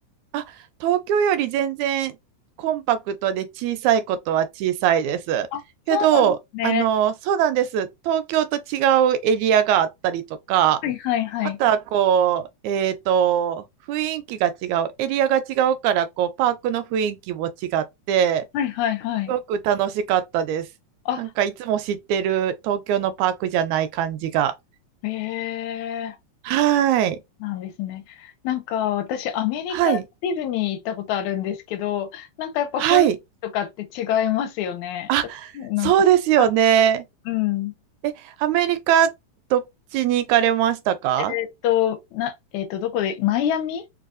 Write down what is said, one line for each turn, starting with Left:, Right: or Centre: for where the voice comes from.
Right: あ、東京より全然コンパクトで小さいことは小さいです。
Left: あ、
Right: けど、
Left: そうなんですね。
Right: あの、そうなんです。東京と違うエリアがあったりとか、
Left: はいはいはい。
Right: またこう、えっと、雰囲気が違う、エリアが違うから、こう、パークの雰囲気も違って、
Left: はいはいはい。
Right: すごく楽しかったです。
Left: あ、
Right: なんかいつも知ってる東京のパークじゃない感じが。
Left: ええ
Right: はい。
Left: ー、なんですね。なんか私アメリカディズニー行ったことあるんですけど、
Right: はい。
Left: なんかやっぱ雰囲気とかって違いますよね。
Right: はい。あ、
Left: なんか、
Right: そうですよね。
Left: あ、うん。
Right: え、アメリカ、どっちに行かれましたか
Left: えっと、な、えっと、どこで、マイアミ